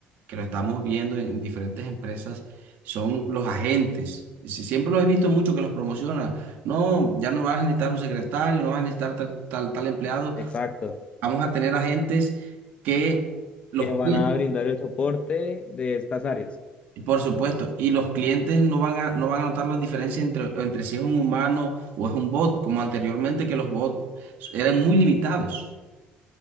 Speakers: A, on the right; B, on the left.
A: que lo estamos viendo en diferentes empresas, son los agentes. Si- Siempre los he visto mucho que los promociona. No, ya no vas a necesitar un secretario, no vas a necesitar tal, tal, tal empleado.
B: exacto.
A: Vamos a tener agentes que los
B: Que van
A: cuiden.
B: a brindar el soporte de estas áreas.
A: Y Por supuesto, y los clientes no van a, no van a notar la diferencia entre, entre si es un humano o es un bot, como anteriormente que los bots eran muy limitados.